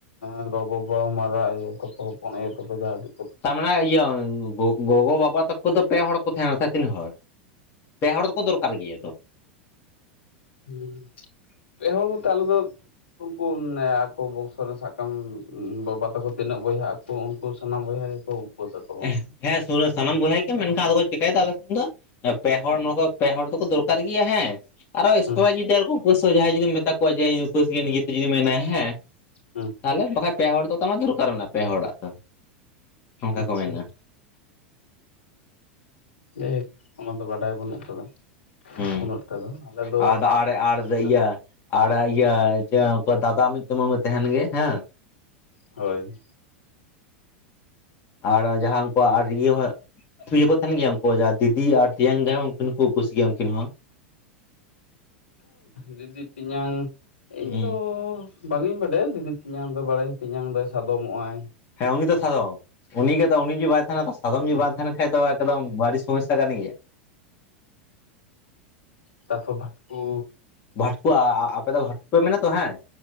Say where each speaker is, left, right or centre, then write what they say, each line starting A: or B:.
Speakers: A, on the left (about 80°); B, on the left (about 40°).
A: ᱮᱻ ᱜᱚ ᱵᱟᱵᱟ ᱢᱟᱨᱟᱜ ᱭᱳ ᱛᱟᱠᱚ ᱦᱚᱯᱚᱱ ᱟᱭᱳ ᱛᱟᱠᱚ ᱡᱟᱦᱟ ᱴᱤᱜ᱾
B: ᱛᱟᱨ ᱢᱟᱱᱮ ᱤᱭᱟᱹ ᱜᱚ ᱜᱚᱜᱚ ᱵᱟᱵᱟ ᱛᱟᱠᱚ ᱫᱚ ᱯᱮ ᱦᱚᱲ ᱠᱚ ᱛᱟᱦᱮᱱᱟ ᱥᱮ ᱛᱤᱱᱟᱹᱜ ᱦᱚᱲ ᱯᱮ ᱦᱚᱲ ᱫᱚᱠᱚ ᱫᱚᱨᱠᱟᱨ ᱜᱮᱭᱟ ᱛᱚ᱾
A: ᱦᱩᱸ ᱯᱮ ᱦᱚᱲ ᱵᱚᱞᱛᱮ ᱟᱞᱮ ᱫᱚ। ᱩᱱᱠᱩ ᱟᱠᱚ ᱵᱚᱸᱝᱥᱚ ᱨᱮᱱ ᱥᱟᱵ ᱠᱟᱢ ᱵᱟᱵᱟ ᱛᱟᱠᱚ ᱛᱤᱱᱟᱹᱜ ᱵᱚᱭᱦᱟᱜ ᱟ ᱛᱚ ᱩᱱᱠᱩ ᱥᱟᱱᱟᱢ ᱵᱚᱭᱦᱟ ᱜᱮᱠᱚ᱾ ᱩᱯᱟᱹᱥ ᱟᱠᱚ ᱦᱚᱸ
B: ᱮᱸᱦ ᱦᱮᱸ ᱥᱩᱨ ᱨᱮ ᱥᱟᱱᱟᱢ ᱵᱚᱭᱦᱟ ᱜᱮᱠᱚ ᱢᱮᱱᱠᱷᱟᱱ ᱟᱫᱚ ᱠᱚ ᱪᱤᱠᱟᱭ ᱫᱟ ᱟᱞᱮ ᱥᱮᱱ ᱫᱚ᱾ ᱯᱮ ᱦᱚᱲ <unintelligible> ᱯᱮ ᱦᱚᱲ ᱫᱚᱠᱚ ᱫᱚᱨᱠᱟᱨ ᱜᱮᱭᱟ ᱦᱮᱸ᱾ ᱟᱨᱚ ᱮᱥᱴᱨᱟ
A: ᱦᱩᱸ
B: ᱡᱩᱫᱤ ᱟᱨᱚ ᱠᱚ ᱩᱯᱟᱹᱥᱥᱚ ᱡᱟᱦᱟᱭ ᱡᱩᱫᱤᱢ ᱢᱮᱛᱟ ᱠᱚᱣᱟ ᱡᱮ ᱤᱧ ᱫᱚ ᱩᱯᱟᱹᱥ ᱜᱮᱭᱟ ᱱᱤᱡᱮ ᱛᱮ ᱡᱩᱫᱤ ᱢᱮᱱᱟᱭᱟ ᱦᱮᱸ᱾
A: ᱦᱩᱸ᱾
B: ᱛᱟᱦᱞᱮ ᱵᱟᱠᱷᱟᱡ ᱯᱮ ᱦᱚᱲ ᱫᱚ ᱛᱟᱢᱟ ᱫᱚᱨᱠᱟᱨ ᱢᱮᱱᱟᱜᱼᱟ ᱯᱮ ᱦᱚᱲᱟᱜ ᱫᱚ᱾ ᱚᱱᱠᱟ
A: ᱟᱪᱪᱷᱟ᱾
B: ᱠᱚ ᱢᱮᱱᱟ
A: ᱡᱟᱭᱦᱳᱠ ᱚᱱᱟ ᱫᱚ ᱵᱟᱰᱟᱭ ᱵᱟᱹᱱᱩᱜ ᱠᱟᱫᱟ᱾
B: ᱦᱩᱸ
A: ᱩᱱᱟᱹᱜ ᱴᱟ ᱫᱚ ᱟᱞᱮ ᱫᱚ
B: ᱟᱨ ᱟᱨ ᱟᱨ
A: ᱠᱟ
B: ᱤᱭᱟᱹ ᱟᱨ ᱤᱭᱟᱹ ᱡᱮ ᱩᱱᱠᱩ ᱫᱟᱫᱟ ᱢᱤᱜᱴᱮᱜ ᱢᱟ ᱢᱟᱹ ᱛᱟᱦᱮᱱ ᱜᱮ ᱦᱮᱸ᱾
A: ᱦᱳᱭ᱾
B: ᱟᱨ ᱡᱟᱸᱦᱟ ᱩᱱᱠᱩᱣᱟᱜ ᱟᱨ ᱤᱭᱟᱹ ᱦᱚᱸ᱾ ᱛᱷᱩ ᱜᱮᱠᱚ ᱛᱟᱦᱮᱱ ᱜᱮᱭᱟ ᱩᱱᱠᱩ ᱡᱟᱸᱦᱟ ᱫᱤᱫᱤ ᱟᱨ ᱛᱮᱭᱟᱝ ᱨᱮᱦᱚᱸ ᱩᱱᱠᱤᱱ ᱠᱩ ᱩᱯᱟᱹᱥ ᱜᱮᱭᱟ ᱩᱱᱠᱤᱱ ᱦᱚᱸ᱾
A: ᱫᱤᱫᱤ ᱛᱮᱧᱟᱝ
B: ᱦᱩᱸ
A: ᱤᱧ ᱫᱚ᱾ ᱵᱟᱝ ᱤᱧ ᱵᱟᱰᱟᱭᱟ ᱫᱤᱫᱤ ᱛᱮᱧᱟᱝ ᱫᱚ ᱵᱟᱲᱟᱭᱟᱹᱧ ᱛᱮᱧᱟᱝ ᱫᱚᱭ ᱥᱟᱫᱚᱢᱚᱜ ᱟᱭ᱾
B: ᱦᱮᱸ ᱩᱱᱤ ᱫᱚ ᱥᱟᱫᱚᱢ᱾ ᱩᱱᱤ ᱜᱮᱛᱚ ᱩᱱᱤ ᱡᱩᱫᱤ ᱵᱟᱭ ᱛᱟᱦᱮᱱᱟ ᱛᱚ ᱥᱟᱫᱚᱢ
A: ᱴᱷᱤᱠ
B: ᱡᱩᱫᱤ ᱵᱟᱭ ᱛᱟᱦᱮᱱᱟ ᱠᱷᱟᱡ ᱫᱚ ᱮᱠᱫᱚᱢ ᱵᱟᱲᱤ ᱥᱚᱢᱚᱥᱥᱟ ᱠᱟᱱ ᱜᱮᱭᱟ᱾
A: ᱛᱟᱯᱚᱨ ᱵᱷᱟᱴᱠᱩ᱾
B: ᱵᱷᱟᱴᱠᱩ ᱟ-ᱟ ᱟᱯᱮ ᱫᱚ ᱵᱷᱟᱴᱠᱩ ᱯᱮ ᱢᱮᱱ ᱟᱛᱚ ᱦᱮᱸ